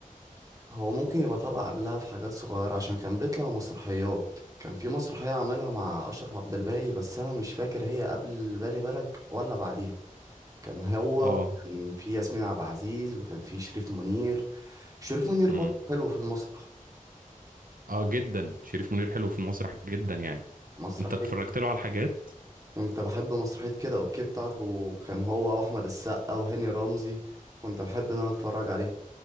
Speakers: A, on the right; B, on the right.
A: هو ممكن يبقى طالع قبلها في حاجات صغيرة عشان كان بيطلع مسرحيات كان في مسرحية عاملها مع أشرف عبد الباقي بس أنا مش فاكر هي قبل بالي بالك ولا بعديها كان هو
B: اه
A: وكان في ياسمين عبد العزيز وكان في شريف منير شريف منير
B: امم
A: برضه حلو في المسرح
B: اه جدا شريف منير حلو في المسرح جدا يعني
A: مسرحية
B: أنت اتفرجت له على حاجات
A: كنت بحب مسرحية كده اوكي بتاعته كان هو واحمد السقا وهاني رمزي كنت بحب ان انا اتفرج عليها